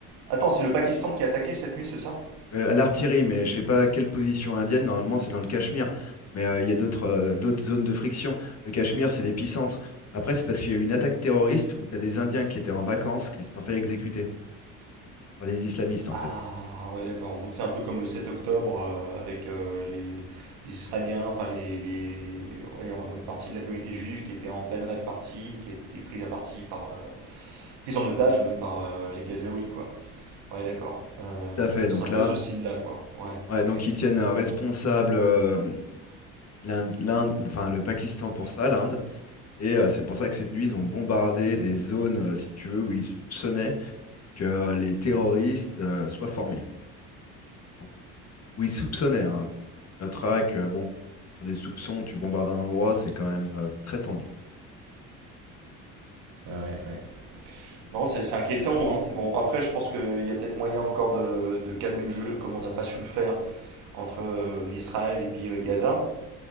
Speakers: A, on the right; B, on the left.
A: Attends, c'est le Pakistan qui a attaqué cette nuit, c'est ça?
B: Euh, à l'artillerie, mais je sais pas quelle position indienne. Normalement, c'est dans le Cachemire. Mais euh, il y a d'autres euh, d'autres zones de friction. Le Cachemire, c'est l'épicentre. Après, c'est parce qu'il y a eu une attaque terroriste où tu as des Indiens qui étaient en vacances qui se sont fait exécuter par des islamistes, en
A: Ah,
B: fait.
A: ouais, d'accord. Donc c'est un peu comme le 7 octobre euh, avec euh, les... les Israéliens, enfin les, les- ouais, une partie de la communauté juive qui était en pleine rêve partie, qui a été prise à partie par, euh, prise en otage même par euh, les Gazaouis, quoi. Ouais, d'accord. Euh,
B: Tout à fait. Donc
A: c'est un
B: là,
A: peu ce style-là, quoi. Ouais,
B: ouais,
A: ok.
B: donc ils tiennent euh, responsable euh, l'Inde, l'Inde- enfin, le Pakistan pour ça, l'Inde. Et euh, c'est pour ça que cette nuit, ils ont bombardé des zones, euh, si tu veux, où ils soupçonnaient que euh, les terroristes euh, soient formés. Donc, bon, où ils soupçonnaient, hein. Tu noteras que, bon, sur des soupçons, tu bombardes un endroit, c'est quand même euh, très tendu.
A: Ouais. Non, c'est c'est inquiétant, hein. Bon, après, je pense qu'il y a peut-être moyen encore de, de calmer le jeu, comme on n'a pas su le faire entre euh, l'Israël et puis euh, Gaza.